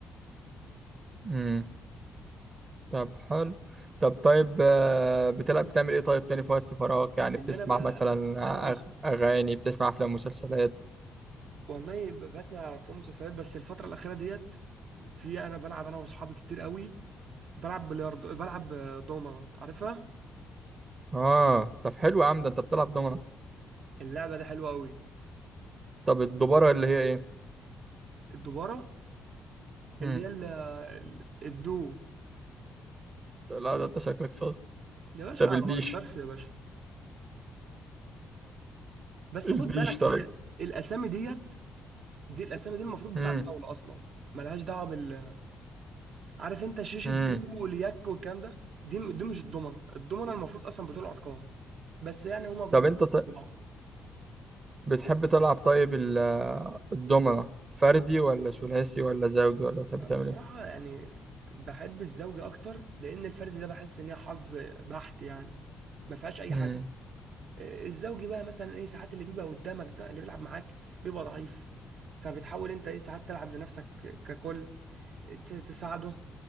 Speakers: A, on the right (about 35°); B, on the right (about 65°).
A: اه طب حلو طب طيب آه، بتلعب بتعمل ايه طيب تاني في وقت فراغك يعني
B: اللي
A: بتسمع
B: انا بقى
A: مثلا
B: انا وص...
A: آه، أغ- اغاني بتسمع افلام مسلسلات
B: والله ب- بسمع افلام ومسلسلات بس الفتره الاخيره ديت في انا بلعب انا واصحابي كتير قوي بلعب بلياردو بلعب آه، دومنه عارفها
A: اه طب حلو يا عم ده انت بتلعب دومنة
B: اللعبه دي حلوه قوي
A: طب الدوبارة اللي هي ايه
B: الدوباره اللي
A: امم
B: هي ال- ال- الدو
A: لا ده انت شكلك صاد
B: يا باشا
A: طب
B: ما
A: البيش
B: بهزرش يا باشا بس
A: البيش
B: خد بالك
A: طيب
B: هي الاسامي ديت دي الاسامي دي المفروض
A: امم
B: بتاعه الطاوله اصلا ملهاش دعوه بال عارف انت شاشه
A: امم
B: دو واليك والكلام ده دي دي مش الضمنه الضمنه المفروض اصلا بتقول ارقام بس يعني هما بيربطوا
A: طب انت ط...
B: ببعض
A: بتحب تلعب طيب ال- الدومنة فردي ولا ثلاثي ولا زوجي ولا بتحب تعمل
B: بصراحة
A: ايه
B: يعني بحب الزوجي أكتر لأن الفرد ده بحس إن هي حظ بحت يعني ما فيهاش أي
A: مم.
B: حاجة الزوجي بقى مثلا إيه ساعات اللي بيبقى قدامك ده اللي بيلعب معاك بيبقى ضعيف فبتحاول أنت إيه ساعات تلعب لنفسك ككل ت- تساعده